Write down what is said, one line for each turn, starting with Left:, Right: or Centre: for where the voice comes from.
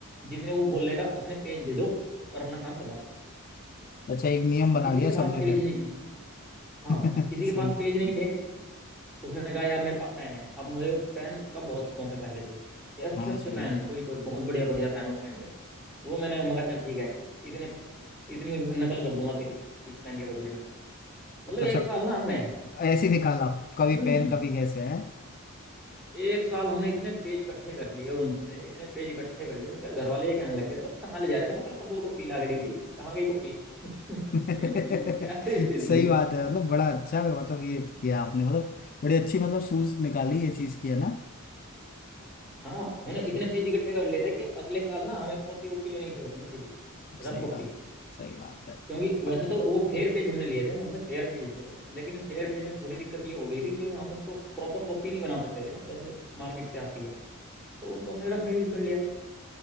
Centre: जितने वो बोलेगा उतने पेज दे दो और अपना काम करवा लो
Left: अच्छा एक नियम बना
Centre: किसी
Left: लिया
Centre: के पास
Left: सबने
Centre: पेज
Left: फिर
Centre: नहीं है हाँ
Left: <laughs>
Centre: किसी के
Left: सही
Centre: पास पेज नहीं थे उसने कहा यार मेरे पास पेन है अब मुझे पेन का बहुत शौक है पहले से ही अच्छे
Left: हाँ
Centre: अच्छे
Left: सही
Centre: पेन
Left: है
Centre: कोई कोई बहुत बढ़िया बढ़िया पेन उस टाइम पे वो मैंने मगा चल ठीक है इतने इतनी नकल कर दूंगा तेरी इस पेन के बदले में मतलब
Left: अच्छा
Centre: एक साल ना हमने
Left: ऐसे ही निकाला कभी
Centre: हम्म
Left: पेन कभी कैसे है
Centre: एक साल हमने इतने पेज इकट्ठे कर लिए उनसे इतने पेज इकट्ठे कर लिए उनके घर वाले ये कहने लग गए थे "बस कहाँ ले जा रहे हो तुम कल परसों तो कॉपी ला के दी थी कहाँ गई कॉपी <laughs>
Left: <laughs>
Centre: ऐसे स्थिति
Left: सही
Centre: थी
Left: बात है मतलब बड़ा अच्छा है मतलब ये किया आपने मतलब बड़ी अच्छी मतलब सूझ निकाली ये चीज की है ना
Centre: हाँ हमने इतने पेज इकट्ठे कर लिए थे कि अगले साल ना हमें कॉपी कॉपी लेने की जरूरत नहीं पड़ी थी रफ
Left: सही
Centre: कॉपी
Left: बात सही बात है
Centre: क्योंकि
Left: हाँ।
Centre: वैसे तो वो फेयर पेज हमने लिए थे उनसे फेयर पेज थे वो लेकिन फेयर पेज में थोड़ी दिक्कत ये हो गई थी कि हम उनको प्रॉपर कॉपी नहीं बना सकते थे ना जैसे मार्केट से आती है तो उनको हमने रफ में यूज कर लिया